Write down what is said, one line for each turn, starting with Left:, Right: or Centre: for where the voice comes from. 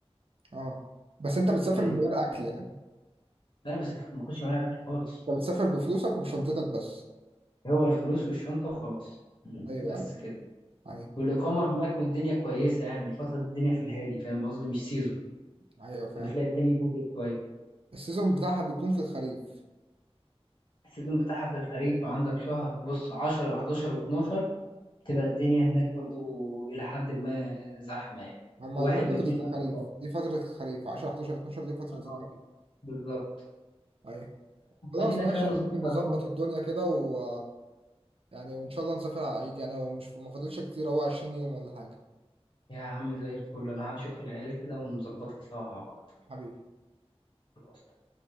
Right: اه بس انت بتسافر
Left: يعني
Right: من
Left: 3000
Right: غير اكل يعني
Left: لا بس ما باخدش معايا الاكل خالص
Right: انت بتسافر بفلوسك وبشنطتك بس
Left: هو الفلوس والشنطه وخلاص
Right: ايوه
Left: بس
Right: ايوه
Left: كده
Right: ايوه
Left: والإقامة هناك والدنيا كويسة يعني الفترة دي الدنيا في الهادي فاهم قصدي مش سيزون
Right: ايوه فاهم
Left: فبتلاقي الدنيا هادية شوية
Right: السيزون بتاعها بيكون في الخريف
Left: السيزون بتاعها في الخريف عندك شهر بص 10 و11 و12 تبقى الدنيا هناك برضو إلى حد ما زحمة يعني
Right: اما
Left: واحد
Right: ده فترة
Left: واتنين
Right: الخريف
Left: نفس الشهر
Right: دي فترة الخريف 10 11 12 دي فترة
Left: اه
Right: الخريف
Left: بالظبط
Right: ايوه خلاص
Left: فخلينا
Right: ماشي
Left: كده نظبطها
Right: احنا ممكن نظبط
Left: سوا
Right: الدنيا كده و يعني وان شاء الله نسافر على العيد يعني هو مش ما فاضلش كتير هو 20 يوم ولا حاجة
Left: يا عم زي الفل أنا هشوف العيال كده ونظبطها سوا مع بعض
Right: حبيبي
Left: خلاص